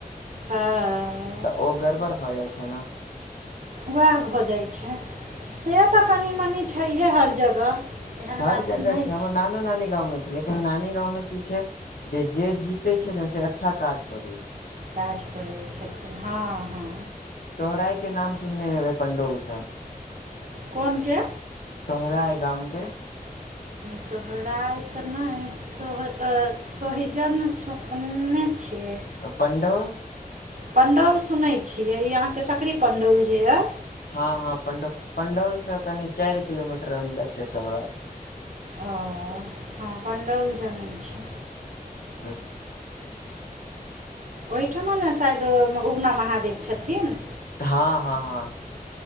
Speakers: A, on the right; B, on the left.
A: हँ
B: तऽ ओ गड़बड़ भ जाइ छै ने
A: उएह भऽ जाइत छै से तऽ कनि मनि छैहे हर जगह एहन
B: हर
A: बात
B: जगह
A: नहि
B: छै हमर नानो नानी गाँव मे छै लेकिन नानी गाँंवमे की छै जे जे जीतै छै ने से अच्छा काज करै छै
A: काज करै छथिन हँ हँ
B: चौहराय के नाम सुनने हेबै पंडोल सब
A: कोन के
B: सोहरा है गाम के <inaudible>
A: सोहराति नहि सोह अ सोहजन सुनने छियै
B: पण्डॉल
A: पण्डौल सुनैत छियै ई अहाँके सकरी पण्डौल जे यए
B: हँ हँ पंड पंडौल से कनि चारि किलोमीटर अन्दर छै सोहराय
A: ओ हँ पण्डौल जनैत छी
B: <unintelligible>
A: ओहिठमन शायद उगना महादेव छथिन
B: हँ हँ हँ